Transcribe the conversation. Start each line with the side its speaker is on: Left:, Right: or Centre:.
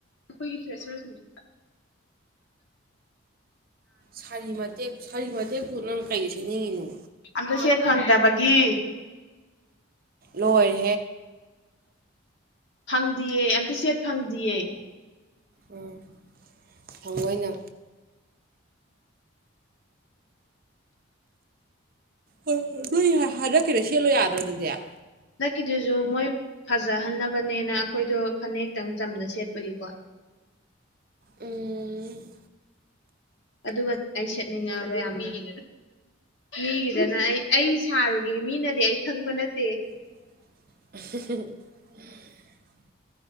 Left: ꯑꯩꯈꯣꯏꯒꯤ ꯐ꯭ꯔꯦꯁꯔꯁꯨꯅꯦ
Right: ꯁꯥꯔꯤ ꯃꯇꯦꯛ ꯁꯥꯔꯤ ꯃꯇꯦꯛꯄꯨ ꯅꯪ ꯀꯩꯗ ꯁꯦꯝꯅꯤꯡꯉꯤꯅꯣ
Left: ꯑꯝꯇ ꯁꯦꯠ ꯐꯪꯗꯕꯒꯤ
Right: ꯂꯣꯏꯔꯦ
Left: ꯐꯪꯗꯤꯌꯦ ꯑꯝꯇ ꯁꯦꯠ ꯐꯪꯗꯌꯦ
Right: ꯎꯝ ꯊꯑꯣꯏꯅ ꯍꯣꯏ ꯍꯣꯏ ꯂꯣꯏ ꯍꯥꯏꯔꯛꯀꯦꯔ ꯁꯦꯠꯂꯣ ꯌꯥꯗ꯭ꯔꯣ ꯑꯗꯨꯗꯤ
Left: ꯍꯟꯗꯛꯀꯤꯗꯨꯁꯨ ꯃꯣꯏ ꯐꯖꯍꯟꯅꯕꯅꯦꯅ ꯑꯩꯈꯣꯏꯗꯣ ꯐꯅꯛꯇꯪ ꯆꯝꯅ ꯁꯦꯠꯄꯒꯤꯀꯣ
Right: ꯎꯝ
Left: ꯑꯗꯨꯒ ꯑꯩ ꯁꯦꯠꯅꯤꯡꯉꯕ ꯌꯥꯝ ꯃꯤꯒꯤ ꯃꯤꯒꯤꯗꯅ ꯑꯩ ꯑꯩ ꯁꯥꯔꯨꯒꯦ ꯃꯤꯅꯗꯤ ꯑꯩ ꯈꯪꯕ ꯅꯠꯇꯦ
Right: <inaudible>